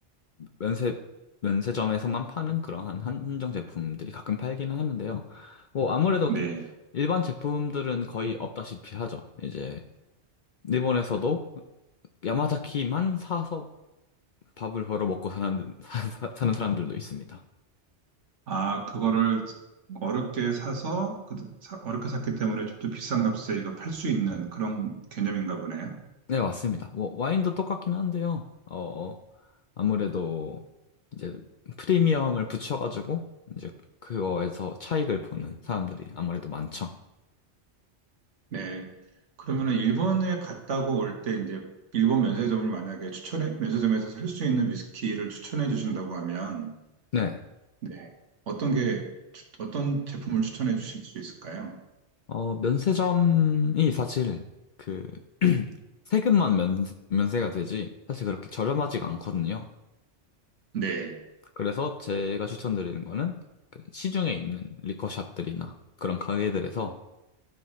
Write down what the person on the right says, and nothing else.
네.
아, 그거를 어렵게 사서, 그, 사- 어렵게 샀기 때문에 좀 더 비싼 값에 이거 팔 수 있는 그런 개념인가 보네요.
네. 그러면은 일본에 갔다고 올 때 이제 일본 면세점을 만약에 추천해, 면세점에서 살 수 있는 위스키를 추천해 주신다고 하면,
네. 어떤 게, 추- 어떤 제품을 추천해 주실 수 있을까요?
네.